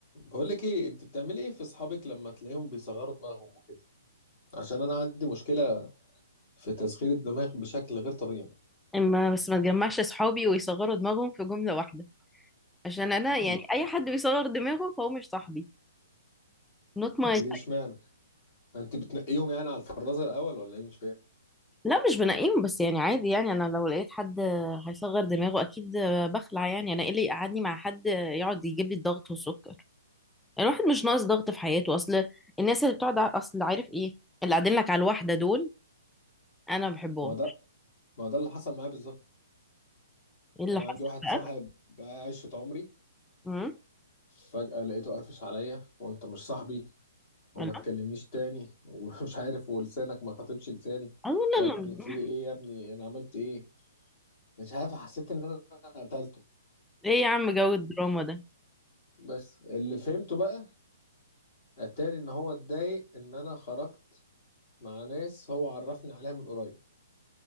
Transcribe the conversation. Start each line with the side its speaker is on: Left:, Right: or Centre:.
Left: بقول لك ايه انت بتعملي ايه في اصحابك لما تلاقيهم بيصغروا دماغهم وكده عشان انا عندي مشكله في تصغير الدماغ بشكل غير طبيعي
Centre: ما بس ما تجمعش صحابي ويصغروا دماغهم في جملة واحدة عشان انا يعني
Left: ال-
Centre: اي حد بيصغر دماغه فهو مش صاحبي not my
Left: ليه
Centre: type.
Left: اشمعنى انت بتنقيهم يعني على الفرازه الاول ولا ايه مش فاهم
Centre: لا مش بنقيم بس يعني عادي يعني انا لو لقيت حد هيصغر دماغه اكيد بخلع يعني انا ايه اللي يقعدني مع حد يقعد يجيب لي الضغط والسكر الواحد مش ناقص ضغط في حياته اصل الناس اللي بتقعد ع- اصل عارف ايه اللي قاعدين لك على الواحدة دول انا ما بحبهم
Left: ما ده ما ده اللي حصل معايا بالظبط
Centre: ايه اللي
Left: انا
Centre: حصل
Left: عندي واحد
Centre: بقى
Left: صاحب بقى عشره عمري
Centre: امم
Left: فجاه لقيته قافش عليا وانت مش صاحبي وما
Centre: لا
Left: تكلمنيش تاني <laughs> ومش عارف ولسانك ما خاطبش لساني
Centre: اه لا
Left: يا ابني
Centre: لا
Left: في ايه يا ابني انا عملت ايه مش عارف حسيت ان انا قتلته
Centre: ايه يا عم جو الدراما ده
Left: بس اللي فهمته بقى اتاري ان هو اتضايق ان انا خرجت مع ناس هو عرفني عليها من قريب